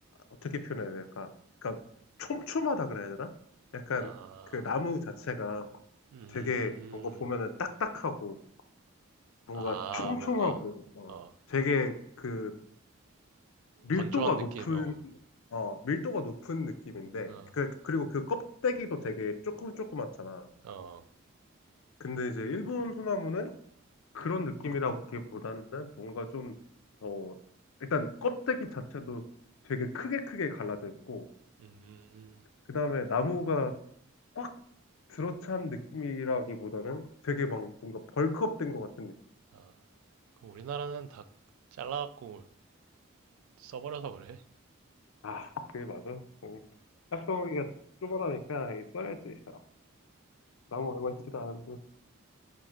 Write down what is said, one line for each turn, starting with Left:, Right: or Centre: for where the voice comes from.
Left: 어떻게 표현해야 될까? 그러니까 촘촘하다 그래야 되나? 약간
Right: 아,
Left: 그 나무 자체가
Right: 음,
Left: 되게 뭔가 보면은 딱딱하고 뭔가
Right: 아,
Left: 촘촘하고
Right: 뭔가,
Left: 어,
Right: 어,
Left: 되게 그 밀도가
Right: 건조한 느낌,
Left: 높은
Right: 어,
Left: 어, 밀도가 높은 느낌인데
Right: 어,
Left: 그, 그리고 그 껍데기도 되게 조금 조그맣잖아.
Right: 어,
Left: 근데 이제 일본 소나무는 그런 느낌이라기보다는 뭔가 좀 더, 일단 껍데기 자체도 되게 크게 크게 갈라져 있고,
Right: 음,
Left: 그 다음에 나무가 꽉 들어찬 느낌이라기보다는 되게 막 뭔가 벌크업 된 것 같은 느낌.
Right: 아, 그럼 우리나라는 다 잘라갖고 써버려서 그래.
Left: 아, 그게 맞아. 음, 딱정이가 쪼그라니까 써야지. 아, 나무 얼마 있지도 않은데